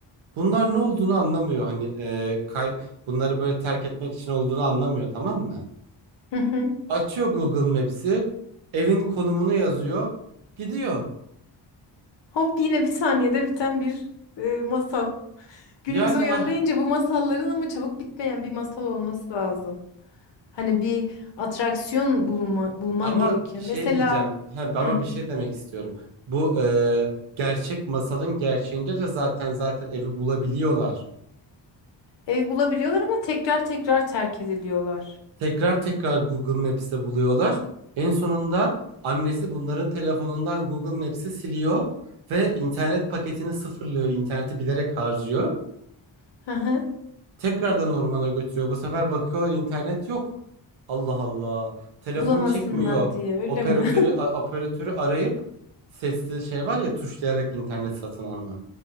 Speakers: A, on the right; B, on the left.
A: Bunlar ne olduğunu anlamıyor hani e, kay bunları böyle terk etmek için olduğunu anlamıyor tamam mı?
B: Hı hı.
A: Açıyor Google Maps'i evin konumunu yazıyor gidiyor.
B: Hop yine bir saniyede biten bir e, masal. Günümüze
A: Yani
B: uyarlayınca
A: ah
B: bu masalların ama çabuk bitmeyen bir masal olması lazım. Hani bir atraksiyon bulma, bulman
A: Ama
B: gerekiyor.
A: bir şey
B: Mesela
A: diyeceğim. He, ama
B: hı,
A: bir şey demek istiyorum. Bu e, gerçek masalın gerçeğinde de zaten zaten evi bulabiliyorlar.
B: ev bulabiliyorlar ama tekrar tekrar terk ediliyorlar.
A: Tekrar tekrar Google Maps'te buluyorlar. En sonunda annesi bunların telefonundan Google Maps'i siliyor ve internet paketini sıfırlıyor. İnterneti bilerek harcıyor.
B: Hı hı.
A: Tekrardan ormana götürüyor. Bu sefer bakıyorlar internet yok. Allah Allah. Telefon
B: Bulamasınlar
A: çekmiyor.
B: diye öyle
A: Operatörü
B: mi?
A: a- operatörü arayıp sesli şey var ya tuşlayarak internet satın alma.